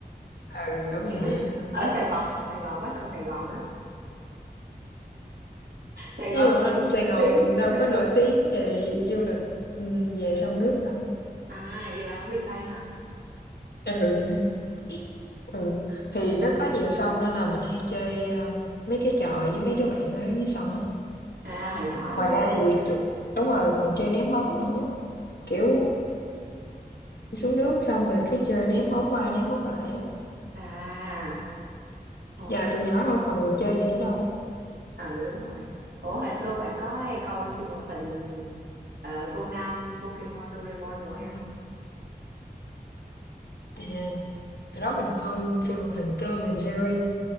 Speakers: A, on the left (about 80°); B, on the right (about 85°).
A: Ừ, ở miền
B: ừ,
A: Nam.
B: ở Sài Gòn hả Sài Gòn có sông Sài Gòn á Sài
A: Nhưng
B: Gòn
A: mà
B: cũng
A: Sài
B: nổi
A: Gòn
B: tiếng nhiều
A: đâu có
B: khách
A: nổi
B: du lịch
A: tiếng về du lịch ừm, về sông nước đâu.
B: à vậy bà ở miền Tây hả
A: <laughs> Ừ. Ừ, thì nó có nhiều sông nên là mình hay chơi um, mấy cái trò với mấy đứa bạn ở dưới sông á.
B: à hồi nhỏ
A: Ngoài
B: đúng
A: ra
B: không
A: thì tụi- đúng rồi còn chơi ném bóng nữa. Kiểu xuống nước xong rồi cái chơi ném bóng qua ném bóng lại á.
B: à ồ
A: Giờ tụi nhỏ đâu còn được chơi gì nữa đâu.
B: ừ đúng rồi ủa hồi xưa bạn có hay coi phim hoạt hình ờ, Conan Pokemon Doraemon đồ hay không
A: À, hồi đó mình coi phim hoạt hình Tom and Jerry.